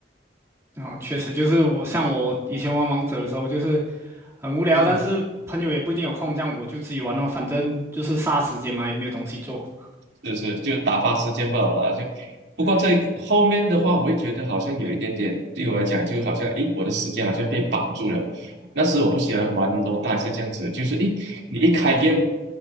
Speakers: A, on the right; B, on the right.
A: 然后确实就是我像我以前玩王者的时候，就是很无聊，
B: <laughs>
A: 但是朋友也不一定有空，这样我就自己玩哦，反正就是杀时间嘛，也没有东西做。
B: 是是，就打发时间罢了啦。就不过这后面的话，
A: 对
B: 我会觉得好像有一点点，对我来讲，就好像诶，我的时间好像被绑住了。那时我不喜欢玩 l o d 是这样子，就是诶，你一开 g